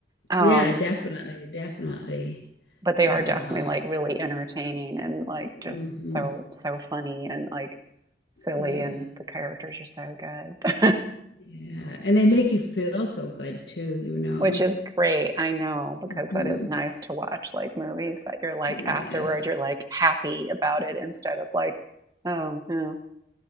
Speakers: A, on the right; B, on the left.
A: Um,
B: yeah, definitely, definitely.
A: but
B: Yeah.
A: they are definitely like really entertaining and like just
B: hmm
A: so so funny and like silly
B: Yeah.
A: and the characters are so good.
B: Yeah. And they make you feel so good too, you
A: <laughs>
B: know.
A: Which is great, I know, because
B: hmm
A: that is nice to watch like movies that you're like
B: Yes.
A: afterward you're like happy about it instead of like, oh no.